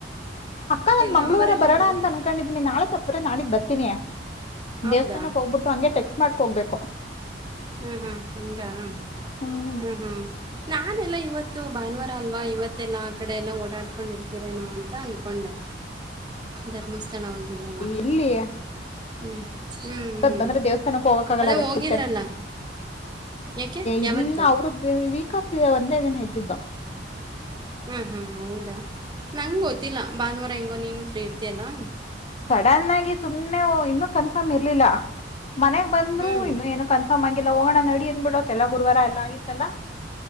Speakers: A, on the left; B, on the right.
A: ಅಕ್ಕ ನನ್ ಮಂಗಳೂವಾರ
B: ನಂಬರೆಲ್ಲ
A: ಬರೋಣ
B: ಯಾರು
A: ಅಂತ ಅನ್ಕೊಂಡಿದೀನಿ ನಾಳೆ ತಪ್ಪ್ರ ನಾಳಗ್ ಬತ್ತ
B: ಹೌದಾ
A: ದೇವಸ್ಥಾನಕ್ಕೆ ಹೋಗ್ಬಿಟ್ಟು ಹಂಗೆ ತ ಮಾಡ್ಕೊಬೇಕು
B: ಹ್ಮ ಹಾ ಹಂಗ ಹ್ಮ
A: ಹ್ಮ್
B: ಹಾ ನಾನೆಲ್ಲಾ ಇವತ್ತು ಭಾನುವಾರ ಅಲ್ವಾ ಇವತ್ತೆಲ್ಲಾ ಆ ಕಡೆ ಎಲ್ಲಾ ಓಡಾಡ್ಕೊಂಡಿರ್ತರೇನೋ ಅಂತ ಅನ್ಕೊಂಡೆ ಧರ್ಮಸ್ಥಳವಾಗಿದ್ರಲ್ಲ
A: ಎಲ್ಲಿ
B: ಹ್ಮ್ ಹ್ಮ್ ಹ್ಮ್
A: ಇವತ್ ಬಂದ್ರೆ ದೇವಸ್ಥಾನಕ್ಕೆ ಹೋಗಕ್ಕ ಆಗಲ್ಲ
B: ಅದೇ
A: ರಷ್
B: ಹೋಗಿದ್ರಲ್ಲ
A: ಇರುತ್ತೆ
B: ಯಾಕೆ
A: ಇಲ್ಲ
B: ಯಾವತ್ತು
A: ಅವರು ಬೇ ವೀಕ್ ಆಫ್ ಒಂದ ಇದನ ಇದ್ದಿದ್ದು
B: ಹಾ ಹಾ ಹೌದಾ ನಂಗ್ ಗೊತ್ತಿಲ್ಲ ಭಾನುವಾರ ಹೆಂಗೊ ನೀನು ಫ್ರೀ ಇರ್ತಿಯಯಲ್ಲಾ
A: ಸಡನ್ ಆಗಿ ಸುಮ್ನೆ ಇನ್ನುೂ ಕನ್ಫರ್ಮ್ ಇ ಿಇಲ್ಲ ಮನ್ಗ್ ಬಂದ್ರು
B: ಹ್ಞೂ
A: ಇನ್ನು ಏನು ಕನ್ಫರ್ಮ್ ಆಗಿ ಎಲ್ಲ ಹೋಗಣ ನಡಿ ಅಂದಬಿಡತ್ಲ್ಲ ಗುರುವಾರ ಎಲ್ಲಾ ಆಗಿತ್ತಲ್ಲಾ